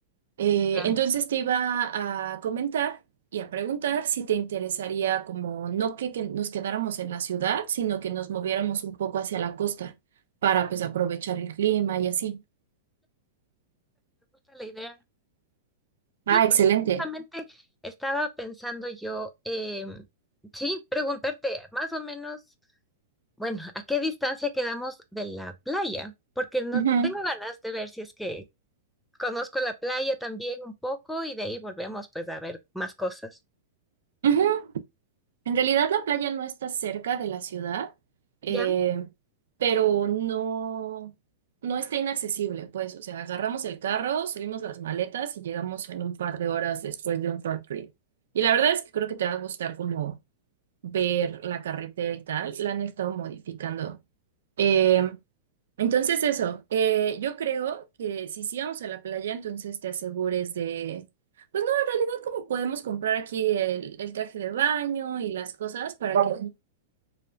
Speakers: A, on the right; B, in the centre.
A: Eh,
B: ya,
A: entonces te iba a comentar y a preguntar si te interesaría como no que, que nos quedáramos en la ciudad, sino que nos moviéramos un poco hacia la costa para pues aprovechar el clima y así.
B: me gusta la idea.
A: Ah,
B: Sí,
A: excelente.
B: porque justamente estaba pensando yo, em, sí, preguntarte más o menos, bueno, ¿a qué distancia quedamos de la playa? Porque no
A: Ujú,
B: tengo ganas de ver si es que conozco la playa también un poco y de ahí volvemos pues a ver más cosas.
A: ujú. En realidad la playa no está cerca de la ciudad, eh,
B: ¿Ya?
A: pero no, no está inaccesible, pues, o sea, agarramos el carro, subimos las maletas y llegamos en un par de horas después de un road trip. Y la verdad es que creo que te va a gustar como ver la carretera y tal, la han estado modificando. Eh, entonces eso, eh, yo creo que si sí vamos a la playa, entonces te asegures de, pues no, en realidad como podemos comprar aquí el, el traje de baño y las cosas para que Vamos.